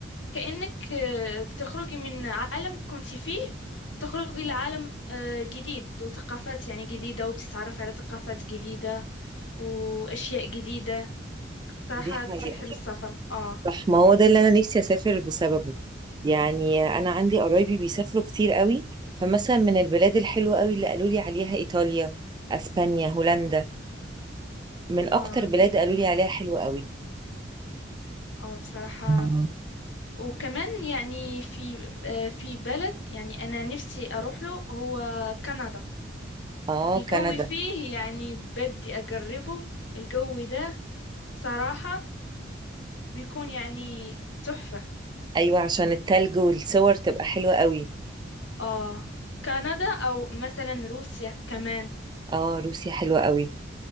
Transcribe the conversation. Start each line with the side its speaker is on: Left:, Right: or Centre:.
Left: كأنك آه، بتخرجي من عالم كنت فيه وتخرجي لعالم آه، جديد وثقافات يعني جديدة وبتتعرفي على ثقافات جديدة وأشياء جديدة صراحة
Right: دي حقيقة
Left: كتير حلو السفر اه
Right: صح ما هو ده اللي انا نفسي اسافر بسببه يعني انا عندي قرايبي بيسافروا كتير قوي فمثلا من البلاد الحلوه قوي اللي قالوا لي عليها ايطاليا اسبانيا هولندا من اكتر
Left: اه
Right: بلاد
Left: دي
Right: قالوا لي عليها حلوه قوي
Left: اه بصراحة
Right: مم.
Left: وكمان يعني في آه، في بلد يعني أنا نفسي أروح له هو كندا
Right: اه
Left: الجو
Right: كندا
Left: فيه يعني بدي أجربه الجو ده صراحة بيكون يعني تحفة
Right: ايوه عشان التلج والصور تبقى حلوه قوي
Left: اه كندا او مثلا روسيا كمان
Right: اه روسيا حلوه قوي